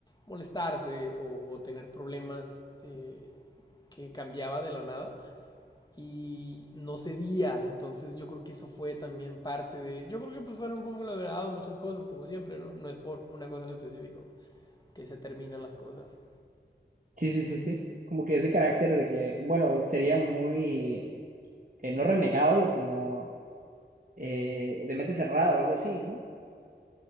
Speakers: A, on the left; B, on the right.
A: molestarse o, o tener problemas eh, que cambiaba de la nada y no cedía. Entonces yo creo que eso fue también parte de... Yo creo que pues fueron como de muchas cosas, como siempre, ¿no? No es por una cosa en específico que se terminan las cosas.
B: Sí, sí, sí, sí. Como que ese carácter de que, bueno, sería muy, eh, no renegado, sino eh, de mente cerrada o algo así, ¿no?